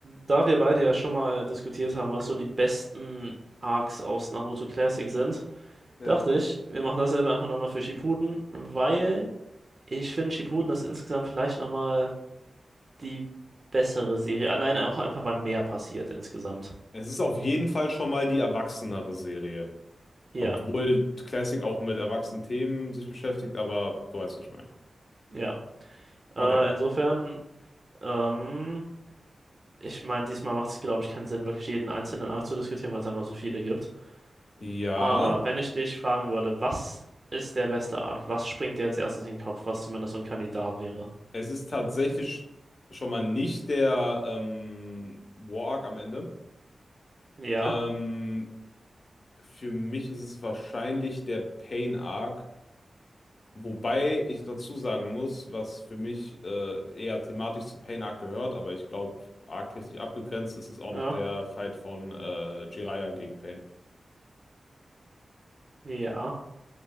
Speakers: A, on the right; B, on the left.
A: Da wir beide ja schon mal diskutiert haben, was so die besten Arcs aus Naruto Classic sind,
B: Ja.
A: dachte ich, wir machen dasselbe einfach nochmal für Shippuden, weil ich finde, Shippuden ist insgesamt vielleicht nochmal die bessere Serie. Allein auch einfach, weil mehr passiert insgesamt.
B: Es ist auf jeden Fall schon mal die erwachsenere Serie.
A: Ja,
B: Obwohl Classic auch mit erwachsenen Themen sich beschäftigt, aber du weißt, was ich meine.
A: ja. Äh,
B: Okay.
A: insofern, ähm, ich meine, diesmal macht es, glaube ich, keinen Sinn, wirklich jeden einzelnen Arc zu diskutieren, weil es einfach so viele gibt.
B: Ja,
A: Aber wenn ich dich fragen würde, was ist der beste Arc? Was springt dir als erstes in den Kopf, was zumindest so ein Kandidat wäre?
B: es ist tatsächlich schon mal nicht der ähm, War Arc am Ende.
A: Ja,
B: Ähm, für mich ist es wahrscheinlich der Pain Arc. Wobei ich dazu sagen muss, was für mich äh, eher thematisch zu Pain Arc gehört, aber ich glaube, arc-technisch abgegrenzt ist es auch
A: ja,
B: noch der Fight von äh, Jiraiya gegen Pain.
A: ja.